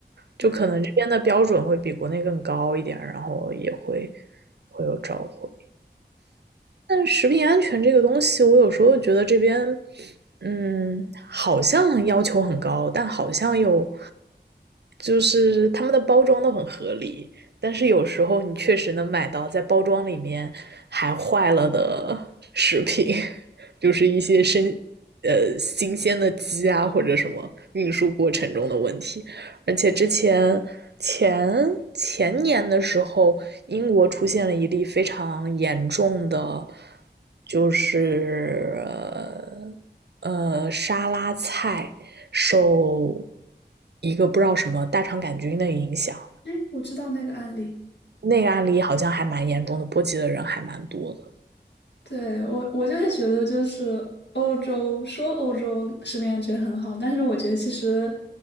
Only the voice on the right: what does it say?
就可能这边的标准会比国内更高一点，然后也会会有召回。但是食品安全这个东西，我有时候觉得这边，嗯，好像要求很高，但好像又就是他们的包装都很合理，但是有时候你确实能买到在包装里面还坏了的食品，<laughs> 就是一些生，呃，新鲜的鸡啊或者什么运输过程中的问题。而且之前前前年的时候，英国出现了一例非常严重的，就是呃呃沙拉菜受一个不知道什么大肠杆菌的影响，
那个案例好像还蛮严重的，波及的人还蛮多的。